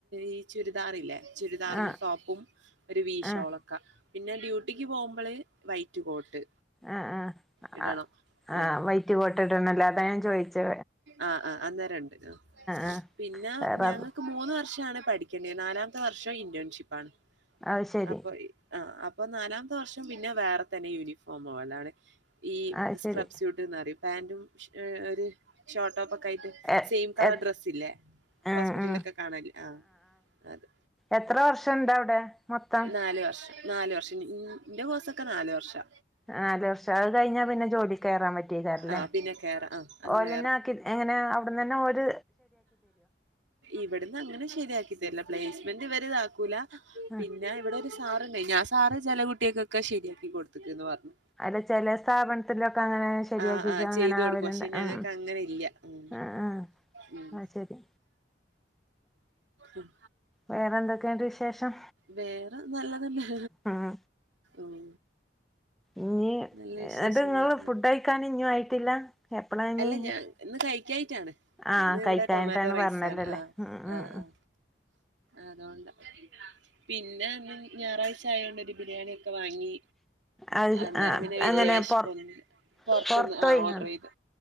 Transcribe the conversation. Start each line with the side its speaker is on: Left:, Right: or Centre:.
Right: ഈ ചുരിദാറല്ലേ ചുരിദാറും
Centre: ആഹ്
Right: ടോപ്പും ഒരു വീശോളക്ക
Centre: ആഹ്
Right: പിന്നെ ഡ്യൂട്ടിക്ക് പോകുമ്പോള് വൈറ്റ് കോട്ട്
Centre: ആഹ്
Right: ഇടണം
Centre: ആഹ് ആഹ്
Right: ആ
Centre: വൈറ്റ് കോട്ട് ഇടനല്ല അതാ ഞാൻ ചോയിച്ചെ
Right: ആഹ് ആഹ് അന്നേരം ഉണ്ട്
Centre: ആഹ്
Right: പിന്നെ
Centre: റബ്
Right: ഞങ്ങൾക്ക് മൂന്ന് വർഷമാണ് പഠി നാലാമത്തെ വർഷം ഇന്റേൺഷിപ്പ് ആണ്
Centre: അത് ശരി
Right: അപ്പൊ ആഹ് അപ്പൊ നാലാമത്തെ വർഷം പിന്നെ വേറെ തന്നെ യൂണിഫോമോ അല്ലാതെ ഈ
Centre: അത് ശരി
Right: സ്ക്രബ് സൂട്ട് <unintelligible> പാൻ്റും ഒരു ഷോർട്ട് ടോപ് ഒക്കെ ആയിട്ട്
Centre: എ
Right: സെയി കളർ
Centre: എ
Right: ഡ്രസ് ഇല്ലേ
Centre: ആഹ്
Right: ഹോസ്പിറ്റലിലൊക്കെ
Centre: ആഹ്
Right: കാണല്ലേ ആഹ് അത്
Centre: എത്ര വർഷം ഇണ്ട് അവിടെ മൊത്തം
Right: നാല് വർഷം നാല് വർഷം ഇൻ്റെ കോഴ്സൊക്കെ നാല് വർഷാ
Centre: നാല് വർഷം അത് കഴിഞ്ഞാ പിന്നെ ജോലി കയറാൻ പറ്റയ്ക്കാരല്ലേ
Right: ആ പിന്നെ കേറാ ആ അങ്ങനെ
Centre: ഓലന്നെ ആക്കി എങ്ങനെ അവിടുന്ന് തന്നെ ഒരു
Right: ഇവിടന്ന് അങ്ങനെ ശരിയാക്കി തരില പ്ലേസ്മെന്റ് ഇവരെ ഇതാക്കൂല
Centre: ആഹ്
Right: പിന്നെ ഇവിടെ ഒരു സാറുണ്ട് ആ സാറ് ചില കുട്ടിയക്കൊക്കെ ശെരിയാക്കി കൊടുത്ത്ക്ക് പറഞ്ഞു
Centre: അല്ല ചില സ്ഥാപനത്തിലൊക്കെ അങ്ങനെ ശരിയാക്കിക്ക
Right: ആഹ് ആഹ്
Centre: അങ്ങനെ
Right: ചെയ്തു കൊടുക്കും
Centre: ആവലുണ്ട്
Right: പക്ഷെ ഞങ്ങൾക്ക്
Centre: ഉം
Right: അങ്ങനെ ഇല്ല ഉം
Centre: ആഹ് ആഹ്
Right: ഉം
Centre: അത് ശരി
Right: ഉം
Centre: വേറെന്തൊക്കെയുണ്ട് വിശേഷം
Right: വേറെ നല്ലതന്നെ
Centre: ഉം
Right: ഉം
Centre: ഇനി
Right: നല്ല
Centre: എന്നിട്ട്
Right: വിശേഷങ്ങൾ
Centre: നിങ്ങള്
Right: ഒക്കെ
Centre: ഫുഡ്
Right: തന്നെ
Centre: കഴിക്കാൻ ഇഞ്ഞും ആയിട്ടില്ല എപ്പളാ ഇനി
Right: അല്ല ഞാൻ ഇന്ന് കഴി കായിട്ടാണ്
Centre: ആഹ്
Right: ഇന്ന്
Centre: കഴിക്കാഞ്ഞിട്ടാണ്
Right: ഇവിടെ ടൊമാറ്റോ റൈസ്
Centre: പറഞ്ഞല്ലോല്ലേ
Right: ആണ് ആഹ്
Centre: ഉം ഉം
Right: ആഹ്
Centre: ഉം
Right: ആഹ് അതുകൊണ്ടാ പിന്നെ ഇന്ന് ഞായറാഴ്ച ആയോണ്ട് ഒരു ബിരിയാണി ഒക്കെ വാങ്ങി
Centre: അത്
Right: അന്നേരം
Centre: ആഹ്
Right: പിന്നെ വല്യ
Centre: അങ്ങനെ
Right: വെശപ്പൊന്നില്ല
Centre: പൊർ
Right: പൊർത്ത്ന്ന്
Centre: പൊർത്തോയിങ്ങാണ്
Right: ആഹ് ഓർഡറെയ്ത്